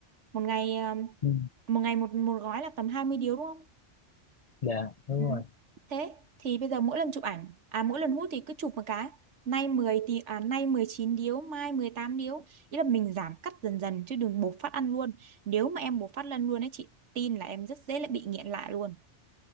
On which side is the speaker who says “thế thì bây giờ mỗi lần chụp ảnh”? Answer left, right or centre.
Right